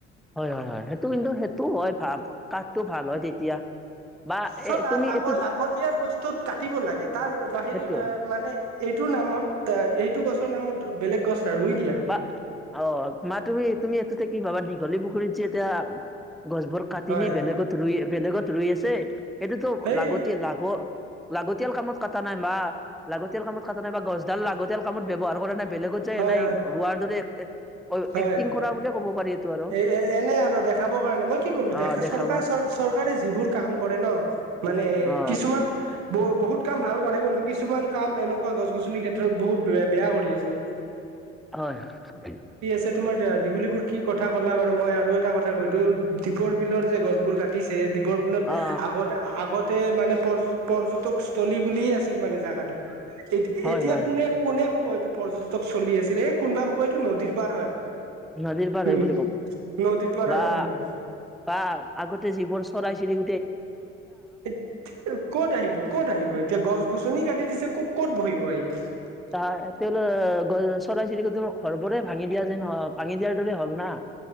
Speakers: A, in the centre; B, on the right (about 55°).
A: হয় হয় হয় সেইটো কিন্তু সেইটো হয় ভাল কাঠটো ভাল হয় তেতিয়া। বা
B: চল
A: এ তুমি
B: লাগ
A: এইটো
B: লাগতিয়াল বস্তুত কাটিব লাগে তাৰ বাহিৰে
A: সেইটো হয়
B: মানে এইটোৰ নামত। এইটো গছৰ নামত বেলেগ গছ। ৰুই দিয়া
A: বা অ মা তুমি তুমি এইটোতে কি পাবা দীঘলী পুখুৰীত যে এতিয়া। গছবোৰ কাটি
B: হয়
A: নি বেলেগত ৰুই বেলেগত ৰুই আছে সেইটোতো
B: এই
A: লাগতি লাগত। লাগতিয়াল কামত কটা নাই মা লাগতিয়াল কামত কটা নাই বা গছডাল লাগতিয়াল। কামত ব্যৱহাৰ কৰা নাই বেলেগত যায়
B: হয়
A: নাই।
B: হয়
A: এক্টিং
B: হয়
A: কৰা ব বুলি ক'ব পাৰি এইটো আৰু
B: এ এ এনে আৰু দেখাবৰ কাৰণে মই কি কৰিলো দেখ
A: অ দেখাব
B: চৰকাৰ চ চৰকাৰে যিবোৰ কাম কৰে ন। মানে
A: অ
B: কিছুমান ব বহুত কাম ভাল কৰে কিন্তু কিছুমান কাম এনেকুৱা গছ গছনিৰ ক্ষেত্ৰত বহুত ব বেয়া কৰি আছে।
A: হয় হয়
B: ছে তোমাৰ দীগুলী পুখুৰী কি কথা ক'লা বাৰু মই আৰু এটা কথা কৈদিও দীপৰ বিলৰ যে গছবোৰ কাটিছে। লিপিৰ বিলত
A: অ
B: আগতে আগত মানে পৰ পৰ্যটকস্থ্লী বুলি আছিল মানে জোগাটোক। এ
A: হয়
B: এতিয়া
A: হয়
B: কোনে কোনে কব এইটো পৰ্যটক চলি আছিলে এই কোনোবা ক'ব এইটো নদীৰ। পাৰ হয়
A: নদীৰ বাৰ
B: উম
A: এই বুলি কব।
B: নদীৰ পাৰ
A: বা
B: হয় বুলি কব
A: বা আগতে যিবোৰ চৰাই চিৰিক
B: এ ক'ত আহিব ক'ত আহিব এতিয়া গছ গছনি কাটি দিছে ক'ত ক'ত। <unintelligible>
A: তা তেওঁল চৰাই চিৰিক ঘৰবোৰে ভাঙি দিয়া যেন ভাঙি দিয়াৰ দৰেই হল না।